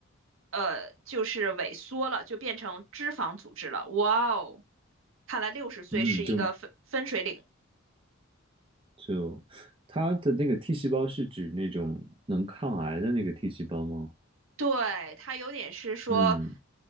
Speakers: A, on the right (about 70°); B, on the right (about 25°).
A: 呃就是萎缩了，就变成脂肪组织了。哇哦，看来六十岁是一个分分水岭。
B: 嗯，就就它的那个 T 细胞是指那种能抗癌的那个 T 细胞吗？
A: 对，它有点是说，
B: 嗯